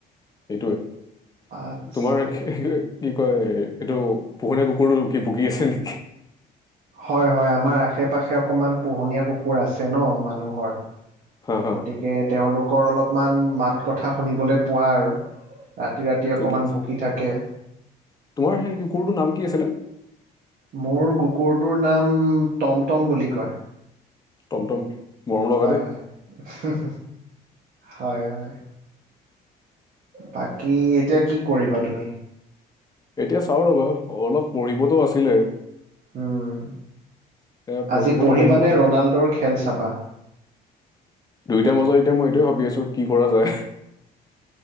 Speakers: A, on the left; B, on the right.
A: সেইটোৱে
B: আচ্ছা।
A: তোমাৰ কি কয় এইটো পোহনীয়া কুকুৰটো কি ভুগি আছে নেকি।
B: হয় হয় আমাৰ আশে পাশে অকমান পোহনীয়া কুকুৰ আছে নহ মানুহৰ
A: হা হা
B: গতিকে তেওঁলোকৰ অলপমান মাত কথা শুনিবলৈ পোৱা আৰু ৰাতি ৰাতি
A: ঠিকে
B: অকণমান
A: আছে
B: ভুকি থাকে।
A: তোমাৰ সেই কুকুৰটো নাম কি আছিলে।
B: মোৰ কুকুৰটো নাম টমটম বুলি কয়।
A: টমটম মৰম লগা
B: হয়
A: দেই
B: হয় হোমহ হয় হয় বাকী এতিয়া কি কৰিবা তুমি
A: এতিয়া চাও ৰ'বা অলপ পঢ়িবতো আছিলে
B: উম,,
A: এতিয়া পঢ়িবতো
B: আজি পঢ়িবানে
A: লাগিব
B: ৰনালডোৰ খেল চাবা
A: দুইটাৰ মাজত এতিয়া মই এইটোয়ে ভাবি আছোঁ কি কৰা যায়